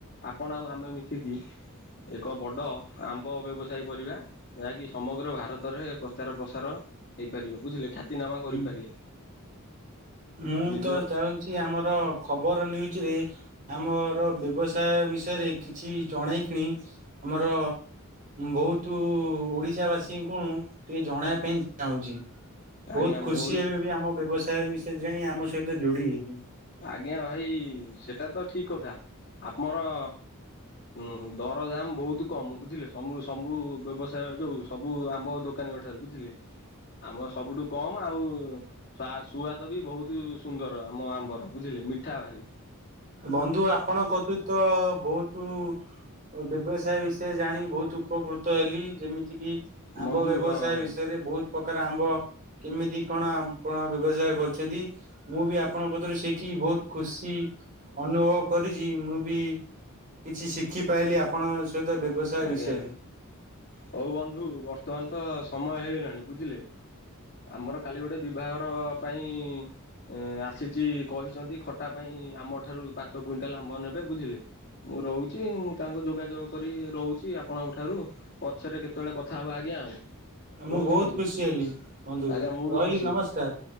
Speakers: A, on the left; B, on the right.
A: ଆପଣ ଆଉ ଆମେ ମିଶିକି ଏକ ବଡ଼ ଆମ୍ବ ବ୍ୟବସାୟ କରିବା। ଯାହାକି ସମଗ୍ର ଭାରତରେ ପ୍ରଚାର ପ୍ରସାର ହେଇପାରିବ ବୁଝିଲେ ଖା ତି ନାମା କରିପାରିବା।
B: ହୁଁ। ମୁଁ
A: ନିଜର
B: ତ ଚାହୁଁଛି ଆମର ଖବର ନ୍ୟୁଜରେ ଆମର ବ୍ୟବସାୟ ବିଷୟରେ କିଛି ଜଣେଇ କିଣି ଆମର ବହୁତ ଓଡିଶା ବାସୀଙ୍କୁ ଟିକେ ଜଣେଇବା ପାଇଁ ଚାହୁଁଛି
A: ଆଜ୍ଞା
B: ବହୁତ ଖୁସି
A: ଓଡି
B: ଏବେ ବି ଆମ ବ୍ୟବସାୟ ବିଷ ସେ ଜାଣି ଆମ ସହିତ ଯୋଡି ହେଇକି
A: ଆଜ୍ଞା ଭାଇ ସେଟା ତ ଠିକ କଥା ଆମର ହୁଁ ଦର ଦାମ ବହୁତ କମ ବୁଝିଲେ ସବୁ ସବୁ ବ୍ୟବସାୟ ଯୋଉ ସବୁ ଆମ୍ବ ଦୋକ ଦୋକାନୀଙ୍କ ଠାରୁ ବୁଝିଲେ। ଆମ ସବୁଠୁ କମ ଆଉ ସା ସୁଆଦ ବି ବହୁତ ସୁନ୍ଦର ଆମ ଆମ୍ବର। ବୁଝିଲେ ମିଠା ଭାରି।
B: ବନ୍ଧୁ ଆପଣ କତୁ ତ ବହୁତ ବ୍ୟବସାୟ ବିଷୟ ଜାଣି ବହୁତ ଉପକୃତ ହେଲି ଯେମିତି କି ଆମ୍ବ
A: ବନ୍ଧୁ
B: ବ୍ୟବସାୟ
A: ହଁ ବନ୍ଧୁ
B: ବିଷୟରେ ବହୁତ ପ୍ରକାର ଆମ୍ବ କେମିତି କଣ ଆପଣ ବ୍ୟବସାୟ କ ଯଦି ମୁଁ ବି ଆପଣଙ୍କ କତିରୁ ଶିଖି ବହୁତ ଖୁସି। ଅନୁଭବ କରିଛି ମୁଁ ବି କିଛି ଶିଖିପାଇଲି ଆପଣ ସହିତ ବ୍ୟବସାୟ
A: ଆଜ୍ଞା
B: ବିଷୟରେ।
A: ହଉ ବନ୍ଧୁ ବର୍ତ୍ତମାନ ତ ସମୟ ହେଇଗଲାଣି ବୁଝିଲେ। ଆମର କାଲି ଗୋଟେ ବିବାହର ପାଇଁ ଏ ଆସିଛି କହିଛନ୍ତି ଖଟା ପାଇଁ ଆମ ଠାରୁ ପାଞ୍ଚ କୁଇଣ୍ଟାଲ ଆମ୍ବ ନେବେ ବୁଝିଲେ। ମୁଁ ରହୁଛି ମୁଁ ତାଙ୍କୁ ଯୋଗାଯୋଗ କରି ରହୁଛି ଆପଣଙ୍କ ଠାରୁ ପଛରେ କେତେବେଳେ କଥା ହବା ଆଜ୍ଞା ଆଉ। <unintelligible>
B: ମୁଁ ବହୁତ ଖୁସି ହେଲି ବନ୍ଧୁ
A: ଆଜ୍ଞା ମୁଁ
B: ରହିଲି
A: ବି ଖୁସି
B: ନମସ୍କାର।